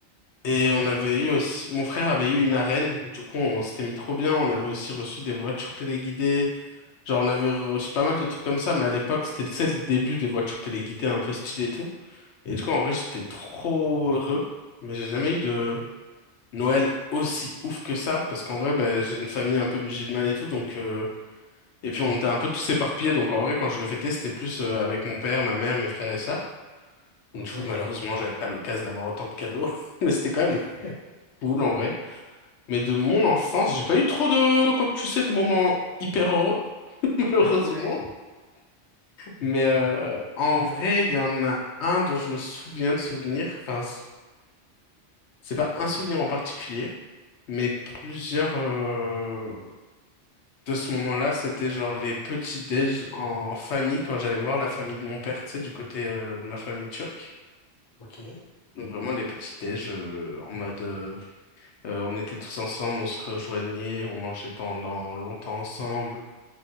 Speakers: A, on the left (about 75°); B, on the left (about 40°).
A: et
B: Ouais,
A: on avait eu aussi. Mon frère avait eu une arène. Du coup, on s'était mis trop bien. On avait aussi reçu des voitures téléguidées. Genre, on avait reçu pas mal de trucs comme ça, mais à l'époque, c'était, tu sais, le début des voitures téléguidées un peu stylées et tout. Et du coup, en vrai, j'étais trop heureux, mais j'ai jamais eu de Noël aussi ouf que ça, parce qu'en vrai, ben, j'ai une famille un peu musulmane et tout, donc euh, et puis on était un peu tous éparpillés, donc en vrai, quand je le fêtais, c'était plus euh, avec mon père, ma mère, mes frères et sœurs.
B: ok,
A: Donc, du coup,
B: ouais.
A: malheureusement, j'avais pas l'occasion d'avoir autant de cadeaux, <laughs> mais c'était quand même
B: <laughs>
A: cool en vrai. Mais de mon enfance, j'ai pas eu trop de, comme tu sais, de moments hyper heureux, <laughs> malheureusement.
B: ouais,
A: Mais euh, en vrai, il y en a un dont je me souviens de souvenir, enfin, c- c'est pas un souvenir en particulier. Mais plusieurs euh, de ce moment-là, c'était genre les petits-déj en famille, quand j'allais voir la famille de mon père, tu sais, du côté euh, de ma famille turque.
B: ok.
A: Donc vraiment les petits-déj euh, en mode euh, euh, on était tous ensemble, on se rejoignait, on mangeait pendant longtemps ensemble,